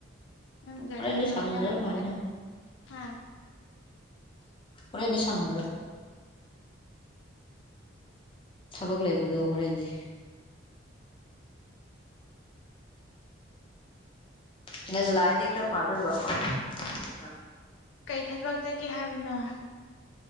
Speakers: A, on the left (about 65°); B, on the left (about 25°).
A: ꯅꯪ ꯒꯥꯔꯤ
B: ꯍꯣꯔꯦꯟꯗꯤ
A: ꯃꯆꯥꯗꯨꯗ
B: ꯁꯪꯗꯣꯏ ꯃꯥꯟꯗꯦ
A: ꯍꯥ
B: ꯍꯣꯔꯦꯟꯗꯤ ꯁꯪꯉꯣꯏꯕ ꯊꯕꯛ ꯂꯩꯕꯗꯣ ꯍꯣꯔꯦꯟꯗꯤ ꯉꯟꯅ ꯂꯥꯑꯗꯤ ꯈ꯭ꯔ ꯐꯥꯗꯣꯏꯕ ꯃ ꯊꯦꯡꯅ
A: ꯀꯩ ꯊꯕꯛ ꯆꯠꯀꯦ ꯍꯥꯏꯕꯅꯣ